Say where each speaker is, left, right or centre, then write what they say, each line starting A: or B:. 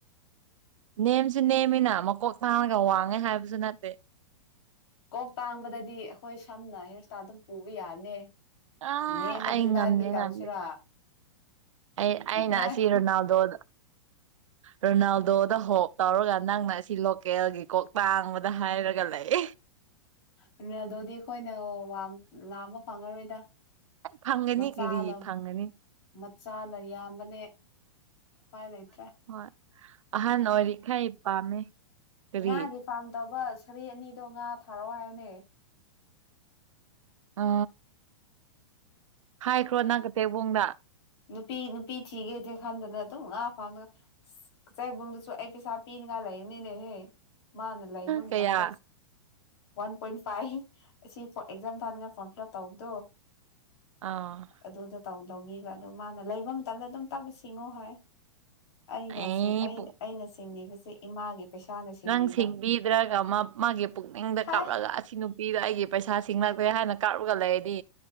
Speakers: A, on the right; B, on the left.
A: ꯅꯦꯝꯁꯨ ꯅꯦꯝꯃꯤꯅ ꯃꯀꯣꯛ ꯊꯥꯡꯉꯒ ꯋꯥꯡꯉꯦ ꯍꯥꯏꯕꯁꯨ ꯅꯠꯇꯦ
B: ꯀꯣꯛ ꯇꯥꯡꯕꯗꯗꯤ ꯑꯩꯈꯣꯏ ꯁꯝꯅ ꯍꯦꯌꯔꯁꯇꯥꯜ ꯑꯗꯨꯝ ꯄꯨꯕ ꯌꯥꯅꯤ
A: ꯑ
B: ꯅꯦꯝꯃꯗꯤ
A: ꯑꯩ
B: ꯀꯗꯥꯏꯗꯒꯤ
A: ꯉꯝꯗꯦ
B: ꯇꯧꯁꯤꯔꯥ
A: ꯉꯝꯗꯦ ꯑꯩ ꯑꯩꯅ
B: ꯉꯥꯏꯈꯣ
A: ꯑꯁꯤ ꯔꯣꯅꯥꯜꯗꯣꯗ ꯔꯣꯅꯥꯜꯗꯣꯗ ꯍꯣ ꯇꯥꯔꯣꯒ ꯅꯪꯅ ꯑꯁꯤ ꯂꯣꯀꯦꯜꯒꯤ ꯀꯣꯛ ꯇꯥꯡꯕꯗ ꯍꯥꯏꯔꯒ ꯂꯩ
B: ꯎꯝ ꯑꯗꯨ ꯑꯗꯨꯗꯤ ꯑꯩꯈꯣꯏꯅ ꯋꯥ ꯂꯥ ꯑꯃ ꯐꯪꯉꯔꯣꯏꯗ
A: ꯑꯩ ꯐꯪꯒꯅꯤ
B: ꯃꯆꯥꯅ
A: ꯀꯔꯤ ꯐꯪꯒꯅꯤ
B: ꯃꯆꯥꯅ ꯌꯥꯝꯕꯅꯦ ꯎꯄꯥꯏ ꯂꯩꯇ꯭ꯔꯦ
A: ꯍꯣꯏ ꯑꯍꯥꯟ ꯑꯣꯏꯔꯤꯈꯥꯏ ꯄꯥꯝꯃꯦ ꯀꯔꯤ
B: ꯅꯦ ꯐꯥꯝ ꯇꯧꯕ ꯁꯔꯤ ꯑꯅꯤꯗꯣ ꯉꯥ ꯊꯥꯔꯛꯑꯣ ꯍꯥꯏꯕꯅꯦ
A: ꯑ ꯍꯥꯏꯈ꯭ꯔꯣ ꯅꯪ ꯀꯇꯦꯛꯕꯣꯡꯗ
B: ꯅꯨꯄꯤ ꯅꯨꯄꯤ ꯊꯤꯒꯦꯗ ꯈꯟꯗꯅ ꯑꯗꯨꯝ ꯉꯥ ꯐꯥꯎꯒ ꯆꯩꯥꯏꯕꯨꯡꯗꯨꯁꯨ ꯑꯩ ꯄꯩꯁꯥ ꯄꯤꯅꯤꯉꯥꯏ ꯂꯩꯕꯅꯤꯅꯦꯍꯦ ꯃꯥꯅ ꯂꯩꯕ ꯃꯇꯝꯗ
A: ꯀꯌꯥ
B: ꯋꯥꯟ ꯄꯣꯏꯟ ꯐꯥꯏꯚ ꯑꯁꯤ ꯑꯦꯛꯖꯥꯝ ꯊꯥꯅꯤꯡꯉꯥꯏ ꯐꯣꯔꯝ ꯐꯤꯜ ꯑꯞ ꯇꯧꯕꯗꯣ
A: ꯑꯥ
B: ꯑꯗꯨꯗ ꯂꯧꯕꯤꯕ ꯑꯗꯨꯣ ꯃꯥꯅ ꯂꯩꯕ ꯃꯇꯝꯗ ꯑꯗꯨꯝ ꯇꯞꯄ ꯉꯣ ꯍꯥꯏ ꯑꯩꯅ
A: ꯑꯦ ꯄꯨꯡ
B: ꯑꯩꯅ ꯁꯤꯡꯅꯤꯕꯁꯤ ꯏꯃꯥꯒꯤ ꯄꯩꯁꯥꯅ ꯁꯤꯡꯅꯤꯕ
A: ꯅꯪ ꯁꯤꯡꯕꯤꯗ꯭ꯔꯒ ꯃꯥ ꯃꯥꯒꯤ ꯄꯨꯛꯅꯤꯡꯗ
B: ꯍꯥꯏ
A: ꯀꯥꯞꯂꯒ ꯑꯁꯤ ꯅꯨꯄꯤꯗ ꯑꯩꯒꯤ ꯄꯩꯁꯥ ꯁꯤꯡꯂꯛꯇꯦ ꯍꯥꯏꯅ ꯀꯥꯞꯔꯒ ꯂꯩꯔꯅꯤ